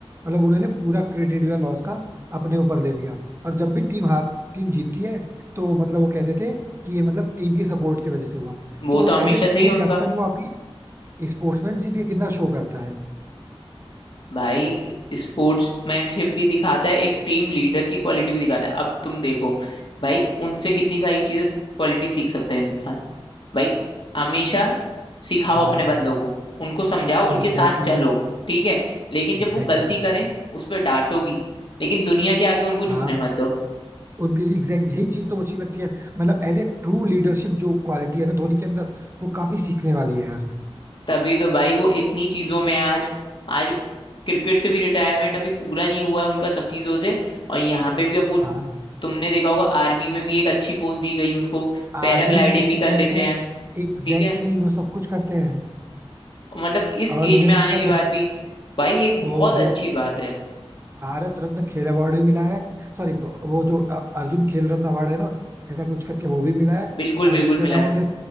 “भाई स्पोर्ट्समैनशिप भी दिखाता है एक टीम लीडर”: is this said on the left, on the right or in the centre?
Left